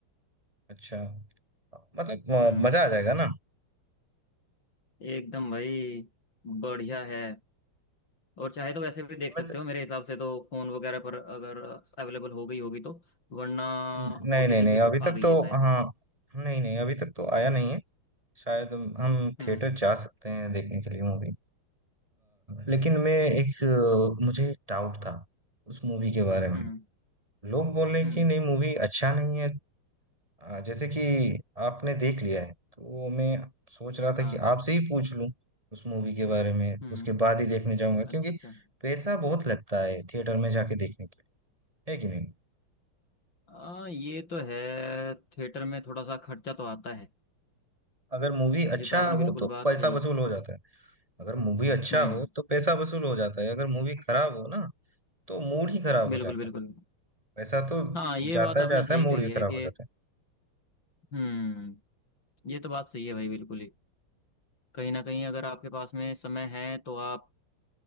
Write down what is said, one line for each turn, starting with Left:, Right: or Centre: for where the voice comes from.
Right: अच्छा मतलब अ,
Left: हम्म
Right: मजा आ जाएगा ना
Left: एकदम भाई बढ़िया है और चाहे तो वैसे भी देख
Right: बस
Left: सकते हो मेरे हिसाब से तो फ़ोन वगैरह पर अगर अवेलेबल हो गई होगी तो वरना
Right: नहीं
Left: ओटीटी
Right: नहीं नहीं
Left: पे तो
Right: अभी
Left: आ
Right: तक
Left: गई
Right: तो
Left: है शायद
Right: हाँ नहीं नहीं अभी तक तो आया नहीं है शायद हम हम
Left: हम्म
Right: थिएटर जा सकते हैं देखने के लिए मूवी लेकिन मैं एक अ, मुझे एक डाउट था उस मूवी के बारे में
Left: हम्म
Right: लोग बोल रहे
Left: हम्म
Right: कि नहीं मूवी अच्छा नहीं है अ, जैसे कि आपने देख लिया है तो मैं सोच रहा
Left: हाँ
Right: था कि आपसे ही पूछ लूं उस मूवी के बारे में
Left: हम्म
Right: उसके बाद ही देखने जाऊंगा क्योंकि
Left: अच्छा अच्छा
Right: पैसा बहुत लगता है थिएटर में जाके देखने के लिए है कि नहीं
Left: आ, ये तो है थिएटर में थोड़ा सा खर्चा तो आता है
Right: अगर मूवी
Left: ये
Right: अच्छा
Left: तो आपने बिल्कुल
Right: हो तो
Left: बात
Right: पैसा
Left: सही
Right: वसूल हो जाता है अगर मूवी अच्छा
Left: हम्म
Right: हो तो पैसा वसूल हो जाता है अगर मूवी खराब हो ना तो मूड ही खराब हो
Left: बिल्कुल
Right: जाता
Left: बिल्कुल
Right: है पैसा तो
Left: हाँ ये
Right: जाता
Left: बात आपने
Right: जाता
Left: सही
Right: है मूड
Left: कही
Right: भी
Left: है
Right: खराब
Left: कि
Right: हो जाता है
Left: हम्म ये तो बात सही है भाई बिल्कुल ही कहीं ना कहीं अगर आपके पास में समय है तो आप